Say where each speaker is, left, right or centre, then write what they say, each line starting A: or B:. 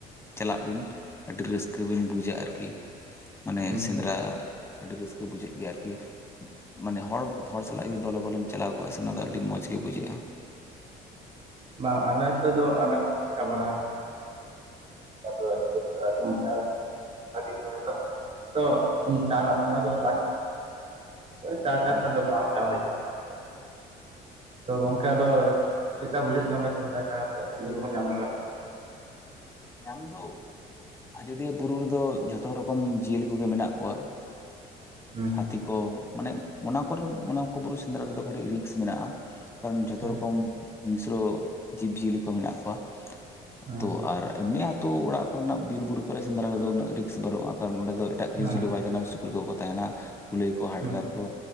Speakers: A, on the left; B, on the right.
A: ᱪᱟᱞᱟᱜ ᱵᱤᱱ ᱟᱹᱰᱤ ᱨᱟᱹᱥᱠᱟᱹ ᱵᱤᱱ ᱵᱩᱡᱟ ᱟᱨᱠᱤ ᱢᱟᱱᱮ
B: ᱦᱮᱸ.
A: ᱥᱮᱸᱫᱽᱨᱟ, ᱟᱹᱰᱤ ᱨᱟᱹᱥᱠᱟᱹ ᱵᱩᱡᱷᱟᱹᱜ ᱜᱮᱭᱟ ᱟᱨᱠᱤ, ᱢᱟᱱᱮ ᱦᱚᱲ ᱦᱚᱲ ᱥᱟᱞᱟᱜ ᱡᱩᱫᱤ ᱫᱚᱞᱮ ᱵᱚᱞᱮᱢ ᱪᱟᱞᱟᱣ ᱠᱚᱜᱼᱟ, ᱚᱱᱟ ᱫᱚ ᱟᱹᱰᱤ ᱢᱚᱡᱽ ᱜᱮ ᱵᱩᱡᱷᱟᱹᱜᱼᱟ ᱾
B: ᱵᱟᱝ ᱟᱞᱮ ᱛᱮᱫ ᱫᱚ ᱟᱞᱮ ᱦᱚᱸ ᱪᱟ ᱵᱟᱲᱟ <unintelligible> ᱫᱚ ᱦᱩᱭᱩᱜᱼᱟ, ᱛᱚ ᱡᱟᱦᱟᱸᱱᱟᱜ ᱥᱚᱢᱚᱭ ᱠᱚᱫᱚ ᱵᱟᱝ ᱪᱟ ᱠᱟᱛᱟ
A: ᱦᱮᱸ
B: ᱫᱚ ᱵᱟᱝ ᱪᱟ ᱦᱩᱭ ᱟᱠᱟᱱᱟ ᱾ ᱛᱚ ᱜᱚᱝᱠᱮ ᱟᱫᱚ ᱪᱮᱫ ᱞᱮᱠᱟ ᱵᱩᱡᱷᱟᱹᱜ ᱜᱮᱭᱟ, ᱚᱸᱰᱮ ᱥᱮᱫᱽᱨᱟ ᱪᱟ ᱠᱟᱛᱮ ᱪᱮᱞᱮ ᱠᱚᱠᱚ ᱧᱟᱢ ᱵᱟᱲᱟᱜᱼᱟ?
A: ᱧᱟᱢ ᱫᱚ ᱟᱡᱚᱫᱤᱭᱟᱹ ᱵᱩᱨᱩ ᱨᱮᱫᱚ, ᱡᱷᱚᱛᱚ ᱨᱚᱠᱚᱢ ᱡᱤᱭᱟᱹᱞᱤ ᱠᱚ ᱜᱮ ᱢᱮᱱᱟᱜ ᱠᱚᱣᱟ ᱾
B: ᱦᱩᱸ
A: ᱦᱟᱹᱛᱤ ᱠᱚ ᱢᱟᱱᱮ ᱚᱱᱟ ᱠᱚᱨᱮ ᱢᱟᱱᱮ ᱠᱚ ᱵᱩᱨᱩ ᱥᱮᱸᱫᱽᱨᱟ ᱨᱮᱫᱚ ᱠᱟᱹᱴᱤᱡ ᱨᱤᱠᱥ ᱢᱮᱱᱟᱜᱼᱟ ᱾ ᱠᱟᱨᱚᱱ ᱡᱷᱚᱛᱚ
B: ᱦᱮᱸ
A: ᱨᱚᱠᱚᱢ ᱦᱤᱝᱥᱨᱚ ᱡᱤᱵᱽ ᱡᱤᱭᱟᱹᱞᱤ ᱠᱚ ᱢᱮᱱᱟᱜ ᱠᱚᱣᱟ ᱾
B: ᱦᱮᱸ
A: ᱛᱚ ᱟᱨ ᱮᱢᱱᱤ ᱟᱹᱛᱩᱳ ᱚᱲᱟᱜ ᱠᱚ ᱨᱮᱱᱟᱜ ᱵᱤᱨ ᱵᱩᱨᱩ ᱠᱚᱨᱮ ᱥᱮᱸᱫᱽᱨᱟ ᱨᱮᱫᱚ ᱩᱱᱟᱹᱜ ᱨᱤᱠᱥ ᱵᱟᱹᱱᱩᱜᱼᱟ ᱾ ᱠᱟᱨᱚᱱ ᱚᱸᱰᱮ ᱫᱚ, ᱮᱴᱟᱜ ᱠᱤᱪᱷᱩ
B: ᱦᱮᱸ
A: ᱡᱤᱞᱟᱹ ᱵᱟᱭ ᱛᱟᱦᱮᱸᱱᱟ ᱾ ᱥᱩᱠᱨᱤ ᱠᱚ ᱠᱚ ᱛᱟᱦᱮᱸᱱᱟ ᱾ ᱠᱩᱞᱟᱹᱭ ᱠᱚ, ᱦᱟᱰᱜᱟᱨ
B: ᱦᱩᱸ
A: ᱠᱚ,